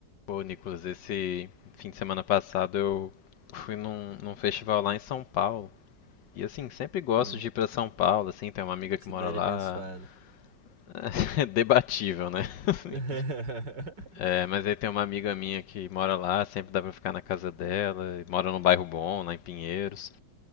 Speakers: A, on the left; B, on the right.
A: Pô, Nicolas, esse fim de semana passado eu fui num, num festival lá em São Paulo. E assim, sempre gosto
B: Hum,
A: de ir pra São Paulo, assim, tem uma amiga
B: cidade
A: que mora lá.
B: abençoada.
A: <laughs> É debatível, né? <laughs> Assim.
B: <laughs>
A: É, mas aí tem uma amiga minha que mora lá, sempre dá pra ficar na casa dela, e mora num bairro bom, lá em Pinheiros.